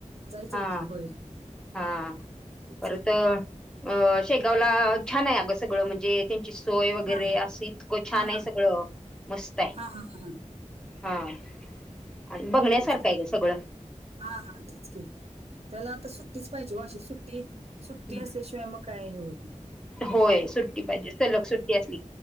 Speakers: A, on the right (about 55°); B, in the centre.
A: जायचंय
B: हा,
A: की होय
B: हा
A: तेच
B: परत
A: की
B: अ, शेगावला छान आहे अगं, सगळं म्हणजे त्यांची सोय वगैरे
A: हा
B: असं इतकं छान
A: हा हा
B: आहे सगळं, मस्त हाय.
A: हा, हा, हा, हां.
B: हा, आणि बघण्यासारखं
A: तेच की
B: हाय गं सगळं.
A: हा, हा तेचकी त्याला आता सुट्टीच पाहिजे ओ अशी सुट्टी, सुट्टी
B: हा
A: असल्याशिवाय मग काय हे होत नाही.
B: होय सुट्टी पाहिजे सलग सुट्टी आसली